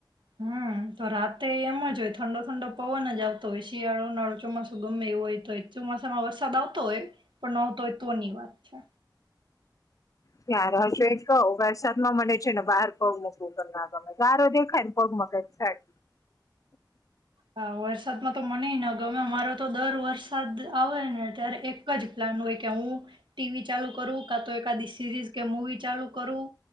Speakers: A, on the right; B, on the left.
A: હમ તો રાતે એમ જ હોય ઠંડો ઠંડો પવન જ આવતો હોય શિયાળો ઉનાળો ચોમાસું ગમે એઇ હોય તો ચોમાસામાં વરસાદ આવતો હોય પણ ન આવતો હોય તોની વાત છે.
B: ત્યાં <unintelligible> કવ વરસાદમાં મને છે ને બહાર પગ મૂકવું <unintelligible> ગારો દેખાયને પગ મા કાયક થાય
A: હા વરસાદમાં તો મને ય ન ગમે મારો તો દર વરસાદ આવે ને ત્યારે એક જ પ્લાન હોય કે હું ટીવી ચાલુ કરું કા તો એકાદી સિરીઝ કે મવી ચાલુ કરું